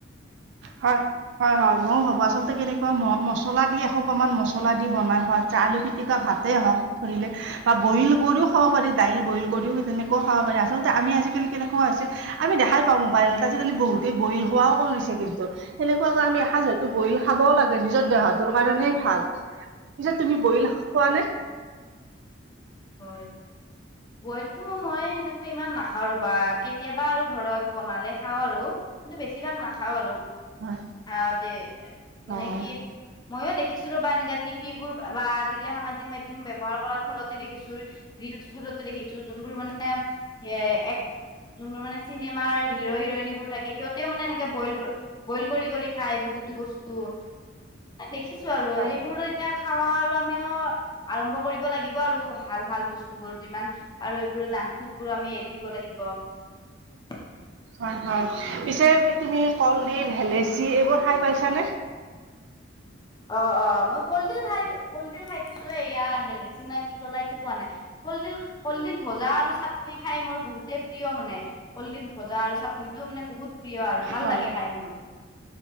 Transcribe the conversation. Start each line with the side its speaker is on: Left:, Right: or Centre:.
Right: হয় হয় হয় ময়ও ভাবো আচলতে কেনেকুৱা ম মছলা দি এশ প্ৰমান মছলা দি বনাই খোৱা। আলু পিতিকা ভাতে হওক ধৰিলে বা বইল কৰিও খাব পাৰি দাইল বইল কৰিও তেনেকেও খাব পাৰি। আচলতে আমি আজিকালি কেনেকুৱা হৈছে আমি দেখাই পাওঁ মোবাইলত আজিকালি বহুতেই বৰিল হোৱাও কৰি দিছে কিন্তু। সেনেকুৱা কাৰ আমি এসাঁজ হয়তো বহিল খাবও লাগে নিজৰ দেহটোৰ কাৰণে ভাল। পিছে তুমি বইল খোৱা নে।
Left: <unintelligible> হয় বইলটো মই এেনেকৈ ইমান নাখাওঁ ৰবা কেতিয়াবা আৰু। ঘৰত বনালে খাওঁ আৰু কিন্তু বেছিভাগ নাখাওঁ আৰু।
Right: হয়
Left: অ দে মানে
Right: হয়
Left: কি মইও দেখিছো। এনেকা টিভিবোৰ বা আজিকালি সামাজিক মাধ্ম ব্যৱহাৰ কৰাৰ ফলত। দেখিছো ৰিলচবোৰত দেখিছো যোনবোৰ মানে এ এক যোনবোৰ মানে চিনেমাৰ হিৰো হিৰইনীবোৰ থাকে সিহঁতেও মানে এনেকে বইল বইল কৰি কৰি খায় বহুতো বস্তু। দেখিছো আৰু
Right: হয়
Left: সেইবোৰ এতিয়া খাৱা আৰু আমিও আৰম্ভ কৰিব লাগিব। আৰু ভাল ভাল বস্তু বোৰ যিমান আৰু এইবোৰ জাংক ফুড বোৰ আমি এৰি দিব লাগিব।। <unintelligible>
Right: হয় হয় পিছে তুমি কলডিল ভেলেচি এইবোৰ খাই পাইছানে।
Left: অ অ মই কলডিল খাই কলডিল খাই। পিছ এয়া আহেলেচিনাাক কি গলা এইটো পোৱা নাই কলডিল কলডিল ভজা আৰু চাক। চাটনি খাই মোৰ বহুতে প্ৰিয় মানে। কললিত ভজা আৰু চাটনিটো মানে বহুত প্ৰিয় আৰু ভাল
Right: হয়
Left: লাগে খাই মোৰ।